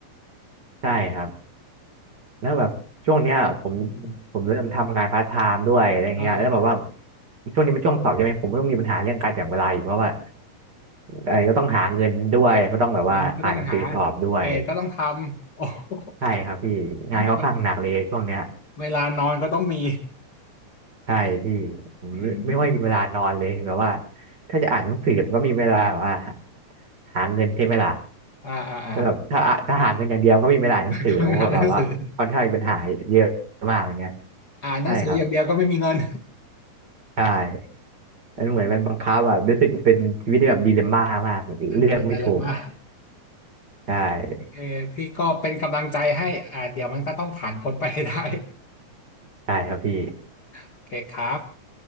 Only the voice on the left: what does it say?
อืม
อ่า
งานก็ต้องหาเกรดก็ต้องทำ <laughs> โอ้โห
เวลานอนก็ต้องมี
อืม
อ่าอ่าอ่า
ก็อ่านหนังสืออ่านหนังสืออย่างเดียวก็ไม่มีเงิน
อันเป็นไดเลมม่า
โอเคพี่ก็เป็นกำลังใจให้อ่าเดี๋ยวมันก็ต้องผ่านพ้นไปให้ได้
โอเคครับ